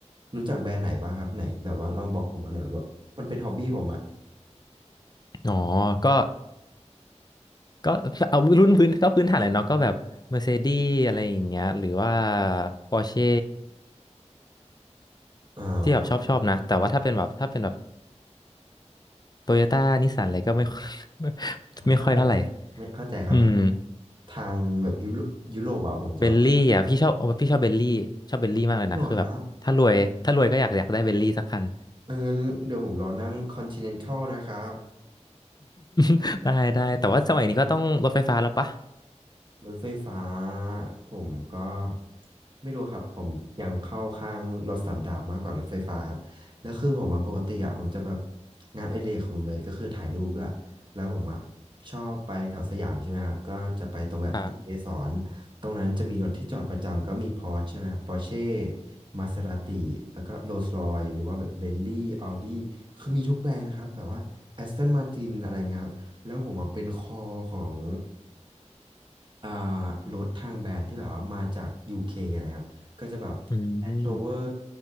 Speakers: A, on the right; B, on the left.
A: รู้จักแบรนด์ไหนบ้างครับไหนแบบว่าลองบอกผมมาหน่อยแบบมันเป็นฮอบบี้ผมอ่ะ
B: อ๋อ ก็ก็เอารุ่นพื้นก็พื้นฐานเลยเนาะก็แบบ Mercedes อะไรอย่างเงี้ยหรือว่า Porsche
A: อ่า
B: ที่แบบชอบชอบนะแต่ว่าถ้าเป็นแบบถ้าเป็นแบบ Toyota นิสสันอะไรก็ไม่ค่อย <laughs> ไม่ค่อยเท่าไหร่
A: เข้าใจครับไม่เข้าใจครับเข้าใจครับทางแบบยุโรยุโรปอะผมจะเข้าใจแบบ
B: อืมเบลลี่อ่ะพี่ชอบพี่ชอบเบลลี่ชอบเบลลี่มากเลยนะคือแบบถ้ารวยถ้ารวยก็อยากอยากได้เบลลี่สักคัน
A: นี่หรอครับงั้นเดี๋ยวผมรอนั่ง Continental นะครับ
B: <laughs> ได้ได้แต่ว่าสมัยนี้ก็ต้องรถไฟฟ้าแล้วปะ
A: รถไฟฟ้าผมก็ไม่รู้ครับผมยังเข้าข้างรถสันดาปมากกว่ารถไฟฟ้าครับแล้วคือผมมาปกติอะผมจะแบบงานอดิเรกของผมเลยก็คือถ่ายรูปด้วยแล้วผมอะชอบไปแถวสยามใช่ไหมครับก็จะไปตรงแบบติกเกสรตรงนั้นจะมีรถที่จอดประจำก็มีพอร์ชใช่ไหมครับปอร์เช่
B: ครับ
A: มาเซราติแล้วก็โรลส์รอยหรือว่าแบบเบนลี่อ u d ดี้คือมีทุกแบรนด์ครับแบบว่าแอสตันมาตินอะไรเงี้ยครับแล้วผมอะเป็นคอของ อ่ารถทางแบรนด์ที่แบบว่ามาจาก UK นะครับก็จะแบบ
B: อืม
A: Land Rover